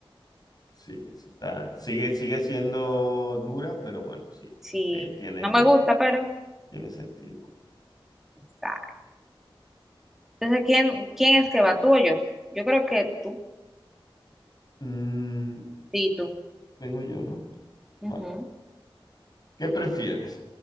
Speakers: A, on the left; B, in the centre.
A: sí, sí está. Sigue, sigue siendo dura, pero bueno, sí,
B: Sí,
A: te- tiene,
B: no me gusta, pero
A: tiene sentido.
B: está. Entonces, ¿quién, quién es que va? ¿Tú o yo? Yo creo que tú.
A: Mm,
B: Sí, tú.
A: vengo yo, ¿no?
B: Ujú.
A: Vale. ¿Qué prefieres?